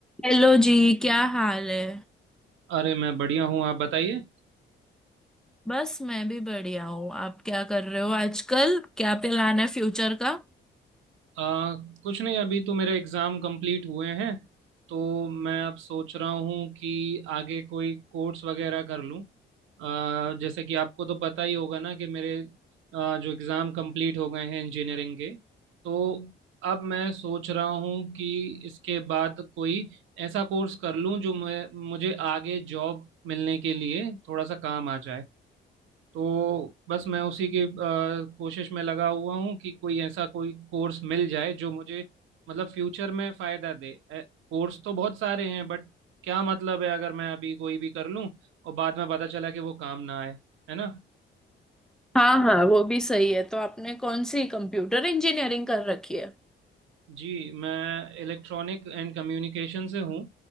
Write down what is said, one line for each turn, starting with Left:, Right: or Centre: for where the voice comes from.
Centre: Hello जी क्या हाल है
Right: अरे मैं बढ़िया हूँ आप बताइए
Centre: बस मैं भी बढ़िया हूँ आप क्या कर रहे हो आजकल क्या प्लान है फ्यूचर का
Right: आ, कुछ नहीं अभी तो मेरे एग्ज़ाम कंप्लीट हुए हैं तो मैं अब सोच रहा हूँ कि आगे कोई कोर्स वगैरह कर लूँ आ, जैसे कि आपको तो पता ही होगा ना कि मेरे आ, जो एग्ज़ाम कंप्लीट हो गए हैं इंजीनियरिंग के तो अब मैं सोच रहा हूँ कि इसके बाद कोई ऐसा कोर्स कर लूँ जो मैं मुझे आगे जॉब मिलने के लिए थोड़ा सा काम आ जाए तो बस मैं उसी की अ, कोशिश में लगा हुआ हूँ कि कोई ऐसा कोई कोर्स मिल जाए जो मुझे मतलब फ्यूचर में फायदा दे ए, कोर्स तो बहुत सारे हैं बट क्या मतलब है अगर मैं अभी कोई भी कर लूँ और बाद में पता चला कि वो काम ना आए है ना
Centre: हाँ हाँ वो भी सही है तो आपने कौन सी कंप्यूटर इंजीनियरिंग कर रखी है
Right: जी मैं इलेक्ट्रॉनिक एंड कम्युनिकेशन से हूँ